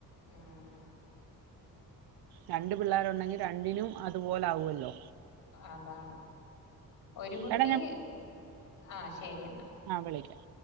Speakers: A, on the left; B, on the right.
A: ഉം ഉം
B: രണ്ട് പിള്ളേരുണ്ടെങ്കിൽ രണ്ടിനും അതുപോലെ ആവുല്ലോ
A: അതാണ് ഒരു കുട്ടി
B: എടാ ഞാൻ
A: ആ ശരി എന്നാ
B: ആഹ് വിളിക്കാം